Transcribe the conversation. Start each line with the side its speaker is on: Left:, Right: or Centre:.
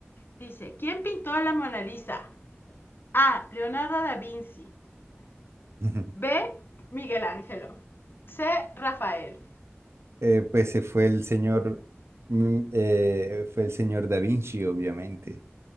Left: Dice, ¿quién pintó la Mona Lisa? A. Leonardo da Vinci.
Right: <laughs>
Left: B. Miguel Ángelo. C. Rafael.
Right: Eh, pues se fue el señor, mm, eh, fue el señor Da Vinci, obviamente.